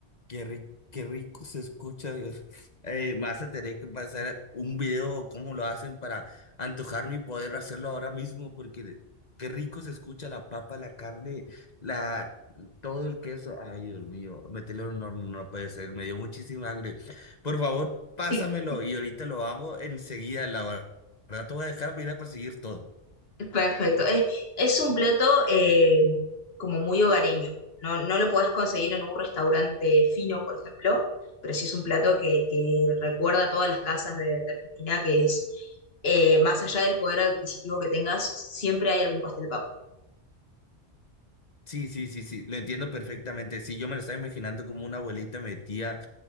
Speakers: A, on the left (about 40°); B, on the left (about 55°).
A: Qué rico, qué rico se escucha, Dios. Eh, me vas a tener que pasar un video, cómo lo hacen para antojarme y poder hacerlo ahora mismo, porque qué rico se escucha la papa, la carne, la, todo el queso. Ay, Dios mío, meterlo en un horno no puede ser, me dio muchísima hambre. Por favor, pásamelo
B: <laughs>
A: y ahorita lo hago enseguida, la verdad. Te voy a dejar para ir a conseguir todo.
B: Perfecto. Es, es un plato eh, como muy hogareño. No, no lo podés conseguir en un restaurante fino, por ejemplo, pero sí es un plato que, que recuerda a todas las casas de, de Argentina, que es, eh, más allá del poder adquisitivo que tengas, siempre hay algún pastel de papa.
A: Sí, sí, sí, sí, lo entiendo perfectamente. Sí, yo me lo estaba imaginando como una abuelita metía